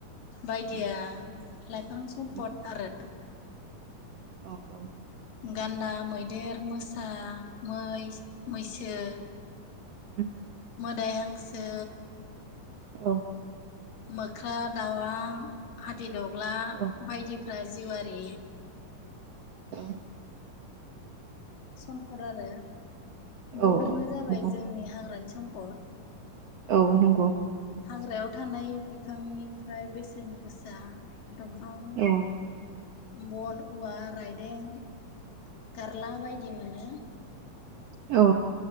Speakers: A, on the left; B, on the right.
A: बायदिया
B: उम
A: लाइफां सम्फद
B: उम
A: आरो
B: औ औ
A: गान्दा, मैदेर, मोसा, मै, मैसो
B: ओम
A: मोदाइ हांसो
B: औ
A: मोख्रा, दाव, हादिदग्ला
B: औ
A: बायदिफ्रा जिउआरारि
B: औ
A: सम्पद आरो
B: औ
A: बैफोरनो
B: औ नंगौ
A: जाबाय जोंनि हाग्रानि सम्पद।
B: औ नंगौ
A: हाग्रायाव थानाय बिफांनिफ्राय बेसेन गोसा दंफां
B: औ
A: बन औवा राइडें गारला बायदि मोनो।
B: औ